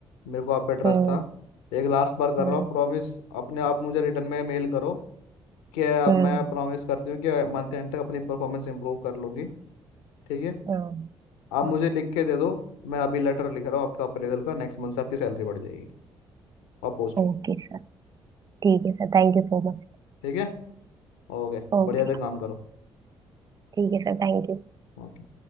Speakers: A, on the left (about 75°); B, on the right (about 30°).
A: मेरे को आप पे ट्रस्ट
B: हम्म
A: था एक लास्ट बार कर
B: हम्म
A: रहा हूँ प्रॉमिस अपने आप मुझे रिटर्न में मेल करो क्या
B: हम्म
A: मैं प्रॉमिस करती हूँ कि मंथ एंड तक अपनी परफॉर्मेंस इंप्रूव कर लूंगी ठीक है
B: हम्म,
A: आप
B: हाँ,
A: मुझे लिख के दे दो मैं अभी लेटर लिख रहा हूँ आपका अप्रेजल का नेक्स्ट मंथ से आपकी सैलरी बढ़ जाएगी और पोस्ट
B: ओके
A: भी
B: सर ठीक है sir thank you so much
A: ठीक है ओके
B: Okay
A: बढ़िया से काम करो
B: ठीक है सर थैंक यू
A: ओके।